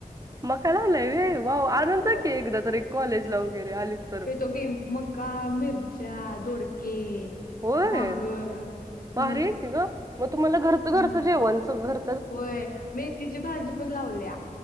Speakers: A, on the right; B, on the left.
A: मकाय लाला रे वाव आनंद
B: होय.
A: की एकदा तरी कॉलेजला वगैरे आलीस तर
B: ते तो की मका, मिरच्या, दोडके,
A: होय
B: वांग
A: भारी
B: मग
A: आहे की गं. मग तुम्हाला घरचं घरचं
B: हं.
A: जेवणच घर.
B: होय मेथीची भाजी पण लावल्या.